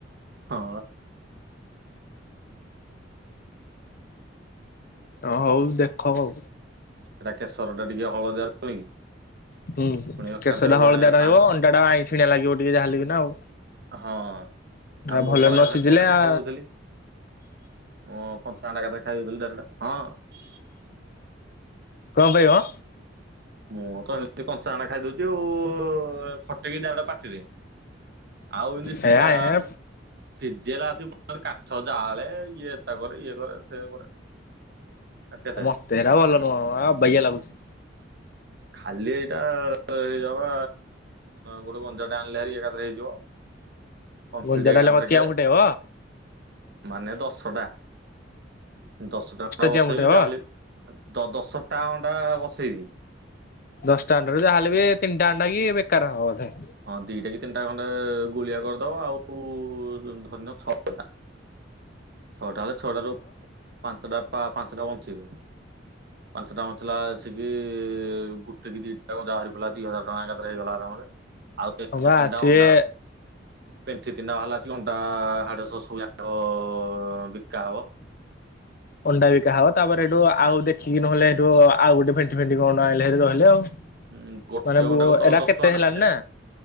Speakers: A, on the right; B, on the left.
A: ହଁ।
B: ହ ହଉ ଦେଖ ଆଉ।
A: ସେଇଟା କେଶର ଟା ଟିକେ ହଳଦିଆ ରହୁନି କି।
B: ହୁଁ
A: ପୁଣି ଏକାଥରେ
B: କେଶ ଟା ହଳଦିଆ ରହିବ
A: ପାଣି
B: ଅଣ୍ଡାଟା ଆଇଁସିଣିଆ ଲାଗିବ ଟିକେ ଯାହା ହେଲେ ବି ନା ଆଉ।
A: ହଁ ଆଉ
B: ଆ
A: ମୁଁ
B: ଭଲ
A: କଣ
B: ନ
A: କରେ
B: ସିଝିଲେ
A: କଣ ପାଖ
B: ଆ
A: ଦଉଥିଲି। ଓ କଞ୍ଚା ନାଖେ ଦେଖା ଯାଉଥିଲା ଡାଇରେକ୍ଟ ହଁ
B: କଣ ପାଇଁ ଆଁ
A: ମୁଁ ତ ଏମିତି କଞ୍ଚା ଆଣ୍ଡା ଖାଇଦଉଛି ଆଉ ଫଟେଇକି ଡାଇରେକ୍ଟ ପାଟିରେ ଆଉ ଏମିତି ସିଝା
B: ହେରା ଏ
A: ସିଝେଇଲା ଆସିକି ପୁଣି କାଠ ଜାଳେ ଇଏ ତା କରେ ଇଏ କରେ ସେ କରେ। ଆଉ କେତେ
B: ଆ ମତେରା ଭଲ ନୁହଁ ଆଉ ଅବାଗିଆ ଲାଗୁଛି।
A: ଖାଲି ଏଇଟା ହେଇଯବା ଗୋଟେ ଗଞ୍ଜାଟେ ଆଣିଲେ ହାରି ଏକାଥରେ ହେଇଯିବ। କମ୍ପ୍ଲିଟ୍
B: ଗୁଞ୍ଜାଟା
A: ହେ ଏକଥରକ
B: ହେଲେ କଣ ଚିଆଁ ଫୁଟେଇବ
A: ମାନେ ଦଶଟା। ଦଶଟା ଅଣ୍ଡା
B: ଚିଆଁ
A: ବସେଇବି
B: ଫୁଟେଇବ
A: ଯାହାହେଲେ ଦ ଦ ଦଶଟା ଅଣ୍ଡା ବସେଇବି।
B: ଦଶଟା ଅଣ୍ଡାରୁ ଯାହେଲେ ବି ତିନିଟା ଆଣ୍ଡା କି ବେକାର ହବ ବଧେ।
A: ହଁ ଦିଟା କି ତିନିଟା ଖଣ୍ଡେ ଗୁଳିଆ କରିଦବ ଆଉ ଉ ଧରିନିଅ ଛଅ ଟା ଛଅଟା ହେଲେ ଛଅଟାରୁ ପାଞ୍ଚଟା ପା ପାଞ୍ଚଟା ବଞ୍ଚିବେ। ପାଞ୍ଚଟା ବଞ୍ଚିଲା ଆଲସିକି ଗୋଟେ କି ଦିଟା ଗଞ୍ଜା ବାହାରିପଡିଲା ଦି ହଜାର ଟଙ୍କା ଏକାଥରେ ହେଇଗଲା ଆରାମରେ ଆଉ କେ
B: ହଁ
A: କେତ୍
B: ବା
A: କେତିଁଟା
B: ସିଏ
A: ଅଣ୍ଡା ପେଣ୍ଠି ଦିନ ହେଲା ଆସିକି ଅଣ୍ଟା ହାଡ ରସ ସବୁଯାକ କ ବିକା ହବ।
B: ଅଣ୍ଡା ବିିକା ହବ ତା ପରେ ଏଠୁ ଆଉ ଦେଖିକି ନହେଲେ ସେଠୁ ଆଉ ଗୋଟେ ପେଣ୍ଠି ଫେଣ୍ଟି କଣ ଆଣିଲେ ରହିଲେ ଆଉ।
A: ହୁଁ ଗୋଟେ
B: ମାନେ ବୁ
A: ଅଣ୍ଡାକୁ ତ
B: ଏରା
A: ଦଶ
B: କେତେ
A: ଟଙ୍କା
B: ହେଲାଣି
A: ନେଖାଏ
B: ନା